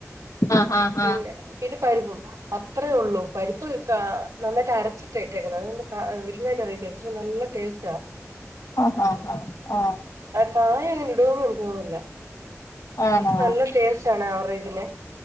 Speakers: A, on the left; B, on the right.
A: ആഹ് ആഹ്
B: പിന്നെ പിന്നെ പരിപ്പും അത്രേ ഉള്ളൂ പരിപ്പ് കാ നന്നായിട്ട് അരച്ചിട്ടായിട്ടേക്കുന്നത് അത് വലുതായിട്ട് അറിയത്തില്ല പക്ഷെ നല്ല ടെസ്റ്റാ
A: ആഹ് ആഹ് ആഹ് ആഹ് ആഹ്
B: കായ അങ്ങനെ ഇടോന്ന് എനിക്ക് തോന്നുന്നില്ല
A: ആണോ
B: പക്ഷേ നല്ല ടെസ്റ്റാണ് അവർ ഇതിനെ